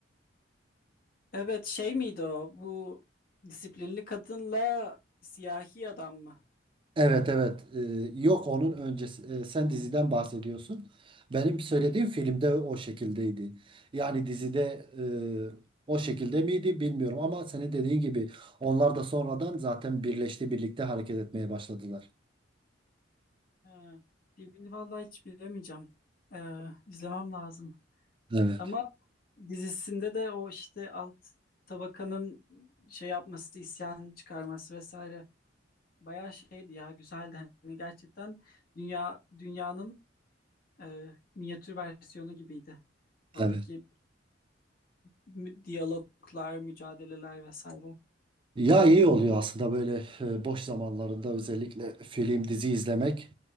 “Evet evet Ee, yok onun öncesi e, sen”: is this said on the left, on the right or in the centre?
Right